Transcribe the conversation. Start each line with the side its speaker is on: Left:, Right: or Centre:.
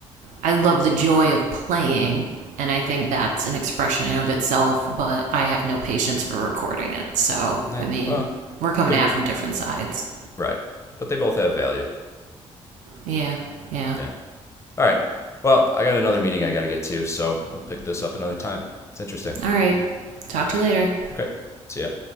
Right: I love the joy of playing, and I think that's an expression in of itself, but I have no patience for recording it. So,
Left: Yeah.
Right: I mean,
Left: Well,
Right: we're coming
Left: they're
Right: at it from different sides.
Left: right, but they both have value.
Right: Yeah, yeah.
Left: Yeah. All right. Well, I got another meeting I got to get to, so we'll pick this up another time. It's interesting.
Right: All right. Talk to you later.
Left: Okay. See ya.